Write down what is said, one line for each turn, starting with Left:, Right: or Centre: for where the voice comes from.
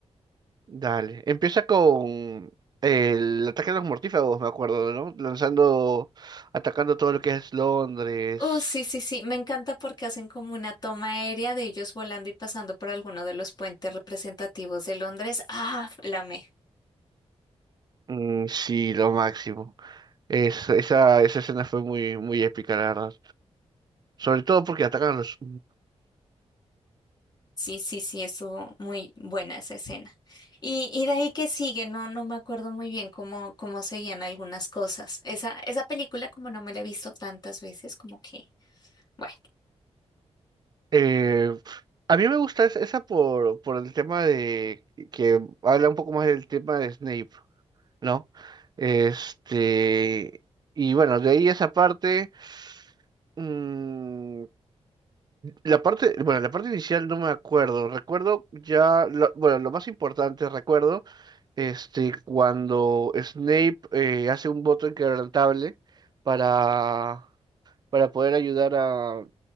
Right: Dale. Empieza con el ataque a los mortífagos, me acuerdo, ¿no? Lanzando, atacando todo lo que es Londres.
Left: Uh, sí, sí, sí, me encanta porque hacen como una toma aérea de ellos volando y pasando por alguno de los puentes representativos de Londres. Ah, la amé.
Right: Mm, sí, lo máximo. Es- esa, esa escena fue muy, muy épica, la verdad. Sobre todo porque atacan a los...
Left: Sí, sí, sí, estuvo muy buena esa escena. Y, y de ahí que sigue, no, no me acuerdo muy bien cómo, cómo seguían algunas cosas. Esa, esa película, como no me la he visto tantas veces, como que, bueno.
Right: Eh, a mí me gusta es- esa por, por el tema de... que habla un poco más del tema de Snape, ¿no? Este... Y bueno, de ahí esa parte... Mm, la parte, bueno, la parte inicial no me acuerdo. Recuerdo ya, lo- bueno, lo más importante recuerdo, este, cuando Snape eh, hace un voto inquebrantable para, para poder ayudar a